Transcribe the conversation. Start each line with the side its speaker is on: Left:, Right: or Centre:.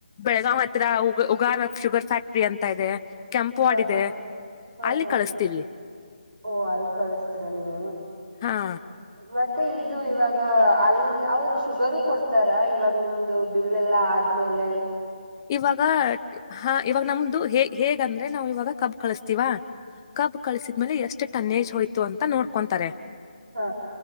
Left: ಬೆಳಗಾವ ಹ ಹತ್ರಾ ಉಗಾರ ಶುಗರ್ ಫ್ಯಾಕ್ಟ್ರಿ ಅಂತ ಇದೆ. ಕೆಂಪುವಾಡ
Right: ಹಾ
Left: ಇದೆ
Right: ಹಾ ಹಾ
Left: ಅಲ್ಲಿ
Right: ಹಾ
Left: ಕಳಸ್ತೀವಿ.
Right: ಹಾ ಓ ಅಲ್ಲಿ ಕಳಸತೀರಾ ನೀವು.
Left: ಹಾ
Right: ಮತ್ತೆ ಇದು ಇವಾಗ ಅಲ್ಲಿಂದ ಅವರು ಶುಗರು ಕೊಡ್ತಾರ ಇವಾಗ ನಿಮ್ದು ಬಿಲ್ ಎಲ್ಲಾ ಆದ ಮೇಲೆ.
Left: ಇವಾಗ. ಹಾ ಇವಾಗ ನಮ್ದು ಹೇ ಹೇಗಂದ್ರೆ ನಾವು ಇವಾಗ ಕಬ್ ಕಳಸ್ತೀವಾ. ಕಬ್ ಕಳಿಸಿದ್ಮೇಲೆ ಎಷ್ಟು ಟನ್ನೇಜ್ ಹೋಯ್ತು ಅಂತ ನೋಡ್ಕೊಂತಾರೆ.
Right: ಹಾ